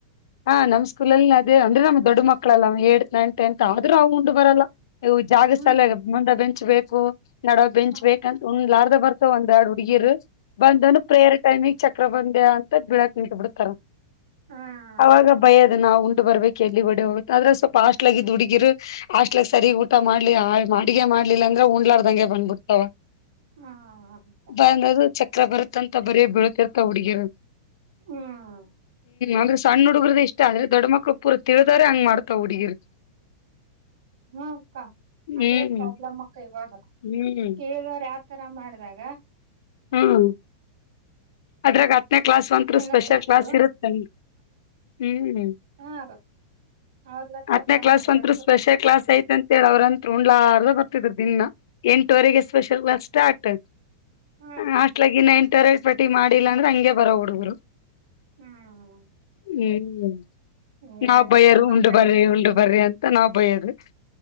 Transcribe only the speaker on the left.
ಹಾ ನಮ್ ಸ್ಕೂಲಲ್ಲಿ ಅದೇ ಅಂದ್ರೆ ನಮ್ ದೊಡ್ಡ ಮಕ್ಕಳಲ್ಲ ಏ ನೈನ್ ಟೆತ್ ಆದ್ರೂ ಅವ ಉಂಡು ಬರಲ್ಲ ಇ ಜಾಗ
ಸಲ್ಲ ಮುಂದ ಬೆಂಚ್ ಬೇಕು ನಡವ ಬೆಂಚ್
ಬೇಕಂತ ಉಣ್ಣ ಲಾರ್ದ ಬರ್ ಒಂದ್ ಎರಡ್ ಹುಡ್ಗಿರು ಬಂದನು ಪ್ರೇಯರ್ ಟೈಮಿಗೆ ಚಕ್ರ ಬಂದ್ಯ ಅಂತ ಬಿಳಾಕ್ ಇಟ್ ಬಿಿಡ್ತಾರ
ಅವಾಗ ಭಯದು ನಾವು ಉಂಡು ಬರ್ಬೇಕು ಎಲ್ಲಿ ಡೆ ಹೋಗುತ್ತೆ ಆದ್ರೆ ಸ್ವಲ್ಪ ಹಾಸ್ಟ್ಲಗಿದ್ದ ಹುಡುಗಿರು ಹಾಸ್ಟೆಲ್ಕ್ ಸರಿ ಊಟ ಮಾಡ್ಲಿ ಅಡಿಗೆ ಮಾಡ್ಲಿಲ್ಲ ಅಂದ್ರೆ ಉಂಡ್ಲಾರ ದಂಗೆ ಬಂದ್ಬಿಡ್ತಾವ
ಬಂದದು ಚಕ್ರ ಬರುತ್ತ ಅಂತ ಬರೀ ಬೀಳ್ತಿರ್ತಾವ ಹುಡ್ಗಿ ಹ್ಮ್
ಆದ್ರೆ ಸಣ್ಣ ಹುಡುಗ್ರದ ಇಷ್ಟ ಆದ್ರೆ ದೊಡ್ಡ ಮಕ್ಳು ಪೂರ್ ತಿಳಿದಾರೆ ಹಂಗ ಮಾಡತಾವ ಹುಡುಗೀರ್
ಹ್ಮ್
ಹ್ಮ್
ಹ್ಮ್ ಅದ್ರಗ ಕ್ಲಾಸ್ ಒಂತ್
ಸ್ಪೆಷಲ್
ಕ್ಲಾಸ್ ಇರುತ್ತೆ ಹ್ಮ್
ಹತ್ತನೇಕ್ಲಾಸ್
ಒಂರು ಸ್ಪೆಷಲ್ ಕ್ಲಾಸ್ ಐತಿ ಅಂತೇಳಿ ಅವ್ರಂತ್ ಉಂಡ್ಲಾರ ಬರ್ತಿದ್ರು ದಿನ ಎಂಟವರೆಗೆ ಸ್ಪೆಷಲ್ ಕ್ಲಾಸ್ ಸ್ಟಾರ್ಟ್
ಹಾಸ್ಟೆಲ್ ನಾಗ ಇನ್ನ ಎಂಟರಟ್ ಪಟ್ಟಿ ಮಾಡಿಲ್ಲ ಅಂದ್ರೆ ಹಂಗಗೆ ಬರೋ ಹುಡುಗರು
ಹ್ಮ್
ನಾವ್
ಬಯರು
ಉಂಡು ಬರ್ರಿ ಉಂಡು ಬರ್ರಿ ಅಂತ ನಾವ್ ಬಯ್ಯೋದು